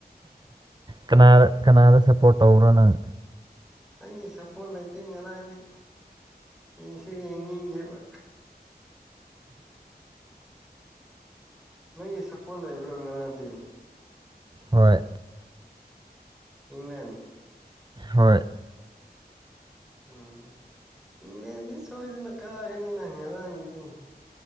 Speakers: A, on the right; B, in the centre.
A: ꯀꯅꯥꯗ ꯀꯅꯥꯗ ꯁꯞꯄꯣꯔꯠ ꯇꯧꯕ꯭ꯔꯣꯅꯪ
B: ꯑꯩꯒꯤ ꯁꯄꯣꯔꯠ ꯂꯩꯇꯦ ꯉꯔꯥꯡꯗꯤ ꯌꯦꯡꯁꯨ ꯌꯦꯡꯅꯤꯡꯗꯦꯕ ꯅꯪꯒꯤ ꯁꯛꯄꯣꯜ ꯂꯩꯕ꯭ꯔꯣ ꯅꯔꯥꯟꯗꯤ
A: ꯍꯣꯏ
B: ꯏꯪꯂꯪꯂꯦꯟ
A: ꯍꯣꯏ
B: ꯎꯝ ꯏꯡꯂꯦꯟꯗꯤ ꯁꯣꯏꯗꯅ ꯀꯥꯒꯅꯤꯅ ꯉꯔꯥꯡꯒꯤꯗꯤ